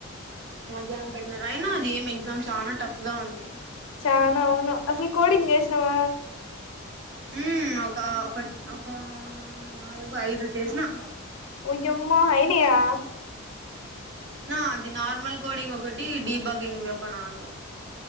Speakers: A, on the right; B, on the left.
A: ధ్యానం పెట్టినారు అయినా అది ఏం ఎగ్జామ్ చాలా టఫ్ గా ఉంది
B: చానా అవును అసలు కోడింగ్ చేసినవా
A: హ్మ్ ఒక ఒకటి ఒక నాలుగు ఐదు చేసిన
B: వో అమ్మ అయినయా
A: ఆ అది నార్మల్ కోడింగ్ ఒకటి డీ బకింగ్ ఒక నాలుగు